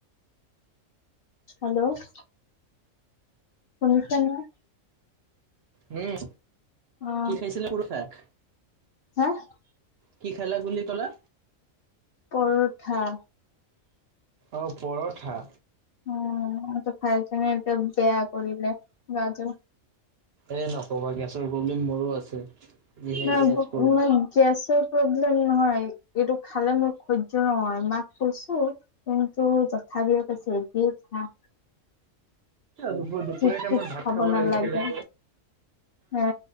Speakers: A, on the left; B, on the right.
A: হেল্ল' শুনিছা নহয়?
B: উম।
A: অ
B: কি খাইছিলা? <unintelligible> <inaudible>
A: <inaudible>
B: কি খালা বুলি কলা?
A: পৰঠা।
B: অ পৰঠা।
A: উম। এইটো খাইকেনে এতিয়া বেয়া কৰিলে গাটো।
B: এ <unintelligible> প্ৰব্লেম মোৰো আছে। যিহে
A: <unintelligible>
B: গেছ প্ৰব্লেম
A: গেছৰ প্ৰব্লেম নহয় ।এইটো খালে মোৰ সহ্য নহয়। মাক কৈছো কিন্তু তথাপিও কৈছে এইটোৱেই খা।
B: দুপ দুপৰীয়া
A: চিপ
B: টাইমত
A: চিপ
B: ভাত খাব
A: নালাগে
B: লাগিছিলে।
A: এ